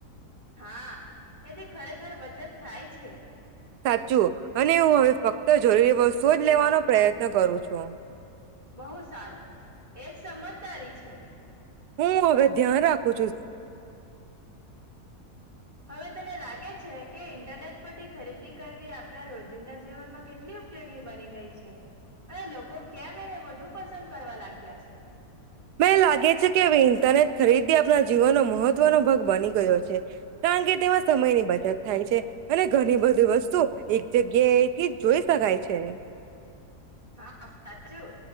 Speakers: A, on the right; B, on the right.
A: હા, એથી ખરેખર બચત થાય છે.
B: સાચું અને હું હવે ફક્ત જરૂરી વસ્તુઓ જ લેવાનો પ્રયત્ન કરું છું
A: બહ સારું એજ સમજદારી છે.
B: હું, હવે ધ્યાન રાખું છું‌.
A: હવે, તને લાગે છે કે ઇન્ટરનેટ પરથી ખરીદી કરવી આપણા રોજ જિંદા જીવનમાં કેટલી ઉપયોગી બની ગઈ છે. અરે લોકો કેમ એ વધુ પસંદ કરવા લાગ્યા છે.
B: મને લાગે છે કે હવે ઇન્ટરનેટ ખરીદી આપણા જીવનનો મહત્વનો ભાગ બની ગયો છે, કારણકે તેમાં સમયની બચત થાય છે અને ઘણી બધી વસ્તુ એક જગ્યાએથી જોઈ શકાય છે.
A: હા સાચું.